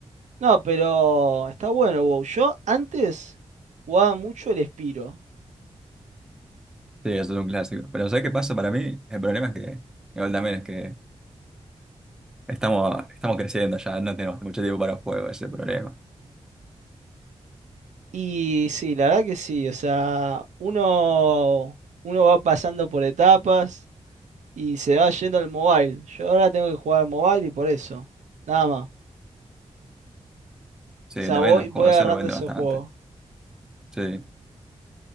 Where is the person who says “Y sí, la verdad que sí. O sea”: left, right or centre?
Right